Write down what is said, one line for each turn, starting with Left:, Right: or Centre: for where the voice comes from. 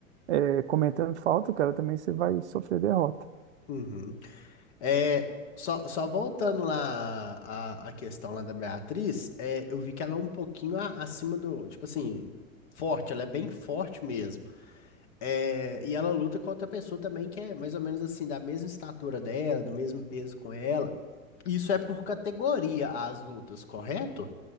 Right: eh, cometendo falta, cara, também você vai sofrer derrota.
Left: Uhum. É, só, só voltando lá à, à questão lá da Beatriz, é, eu vi que ela é um pouquinho a- acima do, tipo assim, forte, ela é bem forte mesmo. É, e ela luta com outra pessoa também que é mais ou menos assim, da mesma estatura dela, do mesmo peso com ela. Isso é por categoria as lutas, correto?